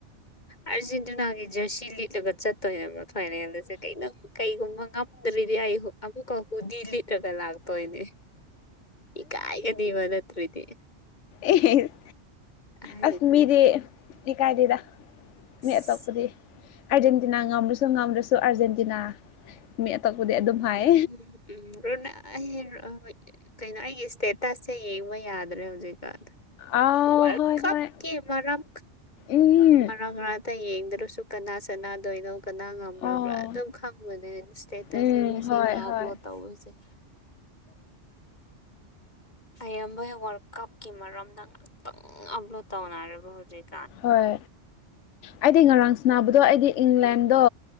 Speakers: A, on the left; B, on the left.
A: ꯑꯥꯔꯖꯦꯟꯇꯤꯅꯥꯒꯤ ꯖꯔꯁꯤ ꯂꯤꯠꯂꯒ ꯆꯠꯇꯣꯏꯅꯦꯕ ꯐꯥꯏꯅꯦꯜꯗꯁꯦ ꯀ ꯀꯩꯒꯨꯝꯕ ꯇꯜꯂꯗꯤ ꯑꯩ ꯑꯃꯨꯛꯀ ꯍꯨꯗꯤ ꯂꯤꯠꯂꯒ ꯂꯥꯛꯇꯣꯏꯅꯦ ꯏꯀꯥꯏꯒꯅꯤꯕ ꯅꯠꯇꯔꯗꯤ
B: ꯑꯦꯍꯦ
A: ꯍꯥꯏꯗꯤ
B: ꯑꯁ ꯃꯤꯗꯤ ꯏꯀꯥꯏ ꯗꯦꯗ
A: ꯑꯁ
B: ꯅꯦꯠ ꯇꯞꯄꯗꯤ꯫ ꯑꯥꯔꯖꯦꯟꯇꯤꯅꯥ ꯉꯝꯔꯁꯨ ꯉꯝꯗ꯭ꯔꯁꯨ ꯑꯥꯔꯖꯦꯟꯇꯤꯅꯥ ꯃꯤ ꯑꯇꯣꯞꯄꯗꯤ ꯑꯗꯨꯝ ꯍꯥꯏ
A: ꯎꯝ ꯎꯝ ꯎꯝ ꯑꯍꯣꯏ ꯀꯩꯅꯣ ꯑꯩꯒꯤ ꯏꯁꯇꯦꯇꯁꯁꯦ ꯌꯦꯡꯕ ꯌꯥꯗ꯭ꯔꯦ ꯍꯧꯖꯤꯛꯀꯥꯟꯗ
B: ꯑꯥꯎ
A: ꯋꯥꯔ
B: ꯍꯣꯏ
A: ꯀꯞ
B: ꯍꯣꯏ
A: ꯀꯤ ꯃꯔꯝ꯫
B: ꯎꯝ
A: ꯃꯔꯥꯛ ꯃꯔꯥꯛꯇ ꯌꯦꯡꯗ꯭ꯔꯁꯨ ꯀꯅꯥ ꯁꯅꯥꯗꯣꯏꯅꯣ ꯀꯅꯥ ꯉꯝ꯫
B: ꯑꯣ
A: ꯎꯕ꯭ꯔꯥ ꯑꯗꯨꯝ ꯈꯪꯕꯅꯦ ꯏꯁꯇꯦꯇꯁ꯫
B: ꯎꯝ ꯍꯣꯏ ꯍꯣꯏ
A: ꯇꯧꯔꯁꯦ ꯑꯌꯥꯝꯕꯩ ꯋꯥꯔꯜ ꯀꯞꯀꯤ ꯃꯔꯝꯗ ꯉꯥꯛꯇꯪ ꯑꯞꯂꯣꯠ ꯇꯧꯅꯔꯦꯕ ꯍꯧꯖꯤꯛ
B: ꯍꯣꯏ ꯑꯩꯗꯤ ꯉꯔꯥꯡ ꯁꯤꯕꯗꯣ ꯑꯩꯗꯤ ꯏꯪꯂꯦꯟꯗꯣ꯫